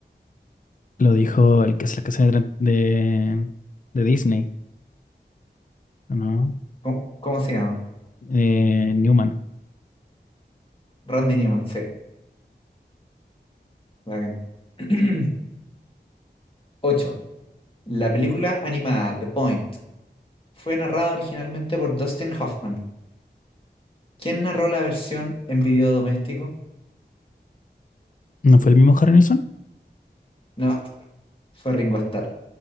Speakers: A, on the left; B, on the left.
A: lo dijo el que hace las canciones de, Tran- de, de Disney, ¿no?
B: ¿Cómo, cómo se llama?
A: Eh, Newman.
B: Randy Newman, sí. Bacán. <clears throat> 8. La película animada The Point fue narrada originalmente por Dustin Hoffman. ¿Quién narró la versión en video doméstico?
A: ¿No fue el mismo Harry Nilsson?
B: No, fue Ringo Starr.